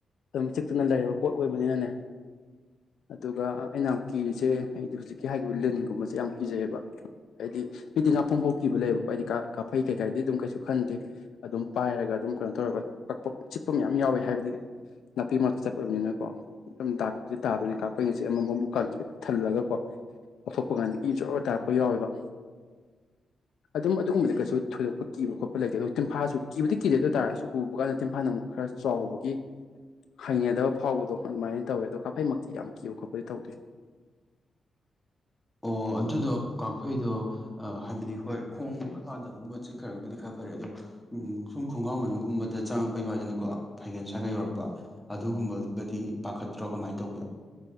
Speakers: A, on the left; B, in the centre.
A: ꯑꯗꯨꯝ ꯆꯤꯛꯇꯨꯅ ꯂꯩꯔꯕ ꯄꯣꯠ ꯑꯣꯏꯕꯅꯤꯅꯅꯦ ꯑꯗꯨꯒ ꯑꯩꯅ ꯌꯥꯝ ꯀꯤꯔꯤꯁꯦ ꯑꯩꯗꯤ ꯍꯧꯖꯤꯛꯀꯤ ꯍꯥꯏꯈꯤꯕ ꯂꯤꯟꯒꯨꯝꯕꯁꯦ ꯌꯥꯝ ꯀꯤꯖꯩꯌꯦꯕ ꯍꯥꯏꯗꯤ ꯃꯤꯗꯤ ꯉꯥꯄ꯭ꯔꯨꯝ ꯐꯥꯎ ꯀꯤꯕ ꯂꯩꯕꯀꯣ ꯑꯩꯗꯤ ꯀꯥꯛꯐꯩ ꯀꯩꯀꯥꯏꯗꯤ ꯑꯗꯨꯝ ꯀꯩꯁꯨ ꯈꯟꯗꯦ ꯑꯗꯨꯝ ꯄꯥꯏꯔꯒ ꯑꯗꯨꯝ ꯀꯩꯅꯣ ꯇꯧꯔꯒ ꯀꯛꯄ ꯆꯤꯛꯄ ꯃꯌꯥꯝ ꯌꯥꯎꯋꯦ ꯍꯥꯏꯕꯗꯤ ꯅꯥꯄꯤ ꯃꯔꯛꯇ ꯆꯠꯄ ꯑꯣꯏꯕꯅꯤꯅꯀꯣ ꯑꯗꯨꯝ ꯗꯥꯛꯁꯦ ꯇꯥꯗꯣꯏꯅꯤ ꯀꯥꯛꯐꯩꯅ ꯆꯤꯛꯑꯝꯕ ꯃꯕꯨꯛꯀꯥꯁꯦ ꯊꯜꯂꯒꯀꯣ ꯂꯧꯊꯣꯛꯄ ꯀꯥꯟꯗ ꯏ ꯖꯣꯔ ꯇꯥꯛꯄꯀ ꯌꯥꯎꯋꯦꯕ ꯑꯗꯨꯝ ꯑꯗꯨꯒꯨꯝꯕꯗꯤ ꯀꯩꯁꯨ ꯊꯣꯏꯗꯣꯛꯄ ꯀꯤꯕ ꯈꯣꯠꯄ ꯂꯩꯇꯦ ꯇꯤꯟꯐꯥꯁꯨ ꯀꯤꯕꯗꯤ ꯀꯤꯗꯦ ꯑꯗꯨ ꯑꯣꯏ ꯇꯥꯔꯁꯨ ꯎꯕ ꯀꯥꯟꯗꯥ ꯃꯥꯅ ꯑꯃꯨꯛ ꯈꯔ ꯆꯥꯎꯕꯒꯤ ꯍꯩꯅꯗꯕ ꯐꯥꯎꯕꯗꯣ ꯑꯗꯨꯃꯥꯏꯅ ꯇꯧꯋꯦ ꯑꯗꯣ ꯀꯥꯛꯐꯩꯃꯛꯇꯤ ꯌꯥꯝ ꯀꯤꯕ ꯈꯣꯠꯄꯗꯤ ꯇꯧꯗꯦ
B: ꯑꯣ ꯑꯗꯨꯗꯣ ꯀꯥꯛꯐꯩꯗꯣ ꯍꯥꯏꯕꯗꯤ ꯍꯣꯏ ꯈꯣꯡ ꯃꯄꯥꯟꯗꯒꯨꯝꯕ ꯆꯤꯛꯈꯔꯕꯨꯗꯤ ꯈꯔ ꯐꯔꯦ ꯑꯗꯣ ꯎ ꯁꯨꯝ ꯈꯣꯡꯒꯥꯎ ꯃꯅꯨꯡꯒꯨꯝꯕꯗ ꯆꯪꯉꯛꯄ ꯌꯥꯎꯋꯤꯗꯅꯀꯣ ꯐꯩꯒꯜ ꯁ꯭ꯋꯥꯏꯒ ꯌꯧꯔꯛꯄ ꯑꯗꯨꯒꯨꯝꯕꯒꯗꯤ ꯄꯥꯈꯠꯇ꯭ꯔꯣ ꯀꯃꯥꯏꯅ ꯇꯧꯒꯦ